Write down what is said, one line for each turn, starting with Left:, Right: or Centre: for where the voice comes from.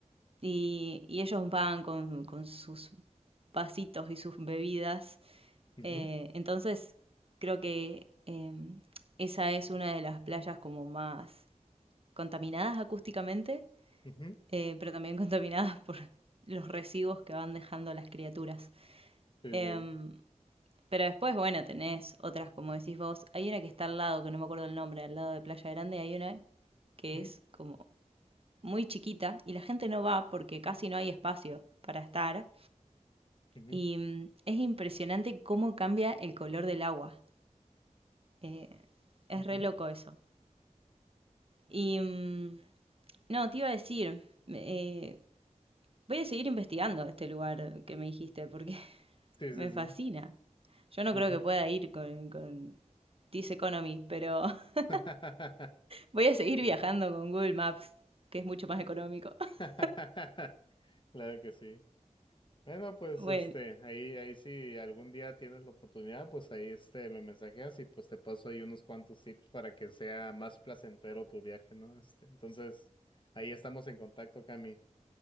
Right: y, y ellos van con, con sus vasitos y sus bebidas.
Left: ujú,
Right: Eh, entonces, creo que eh, esa es una de las playas como más contaminadas acústicamente,
Left: ujú.
Right: eh, pero también contaminadas por <laughs> los residuos que van dejando las criaturas.
Left: Sí,
Right: Em,
Left: sí.
Right: pero después, bueno, tenés otras, como decís vos. Hay una que está al lado, que no me acuerdo el nombre, al lado de Playa Grande, hay una que
Left: Ujú,
Right: es como muy chiquita y la gente no va porque casi no hay espacio para estar.
Left: ujú,
Right: Y mm, es impresionante cómo cambia el color del agua. Eh, es
Left: ujú.
Right: re loco eso. Y mm, no, te iba a decir, eh, Voy a seguir investigando este lugar que me dijiste porque <laughs>
Left: Sí,
Right: me
Left: sí, sí.
Right: fascina. Yo no
Left: Ujú.
Right: creo que pueda ir con, con This Economy, pero <laughs>
Left: <laughs>
Right: voy a seguir
Left: Sí.
Right: viajando con Google Maps, que es mucho más económico. <laughs>
Left: <laughs> Claro que sí. Bueno, pues
Right: Bueno,
Left: este, ahí, ahí si algún día tienes la oportunidad, pues ahí este me mensajeas y pues te paso ahí unos cuantos tips para que sea más placentero tu viaje, ¿no? Este, entonces, ahí estamos en contacto, Cami.